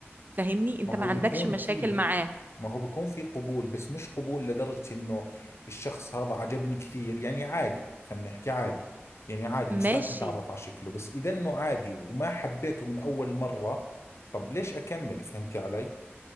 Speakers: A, on the right; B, on the left.
A: فاهمني انت
B: ما
A: ما
B: هو
A: عندكش
B: بيكون
A: مشاكل
B: في
A: معاه
B: ما هو بيكون في قبول بس مش قبول لدرجة انه الشخص هذا عجبني كثير يعني عادي خلينا نحكي عادي يعني عادي مستعد
A: ماشي
B: اتعرف على شكله بس اذا انه عادي وما حبيته من اول مرة طب ليش اكمل فهمتي علي